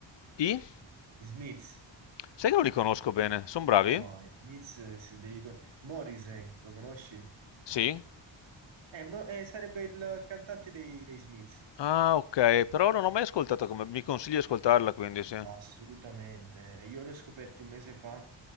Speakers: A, on the left (about 65°); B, on the right (about 75°).
A: I?
B: Gli Smiths.
A: Sai che non li conosco bene, sono bravi?
B: No, gli Smiths, eh, se devi... con- Morrissey, lo conosci?
A: Sì?
B: Eh, Mo- eh, sarebbe il, il cantante dei, dei Smiths.
A: Ah, okay, però non ho mai ascoltato come mi consigli di ascoltarla quindi, sì.
B: Assolutamente, io li ho scoperti un mese fa,